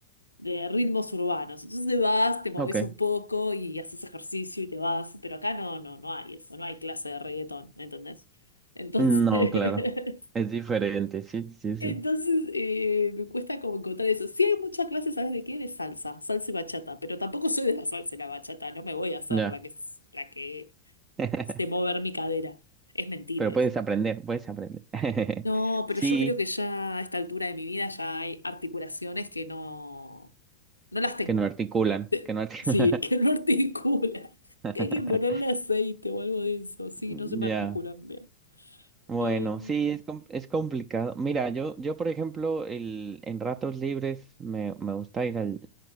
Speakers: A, on the left; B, on the right.
A: de ritmos urbanos. Entonces te vas, te moves
B: Ok.
A: un poco y haces ejercicio y te vas, pero acá no, no, no hay eso, no hay clase de reggaetón, ¿entendés? Entonces,
B: No,
A: <laughs>
B: claro. Es diferente. Sí, sí, sí.
A: entonces eh, me cuesta como encontrar eso. Sí hay muchas clases ¿sabes de qué? De salsa, salsa y bachata, pero tampoco soy de la salsa y la bachata, no me voy a hacer
B: Ya.
A: la que, s- la que
B: <laughs>
A: se mover mi cadera. Es mentira
B: Pero puedes
A: eso.
B: aprender, puedes aprender. <laughs>
A: No, pero
B: Sí,
A: yo creo que ya a esta altura de mi vida ya hay articulaciones que no, no las tengo.
B: que no articulan, que no articulan.
A: Sí, <laughs> que no articula. <laughs> Que
B: <laughs>
A: hay que ponerle aceite o algo de eso. Sí,
B: Mm,
A: no se me
B: Ya,
A: articulan bien.
B: bueno,
A: Eh,
B: sí, es, com- es complicado. Mira, yo, yo, por ejemplo, el, en ratos libres me, me gusta ir al,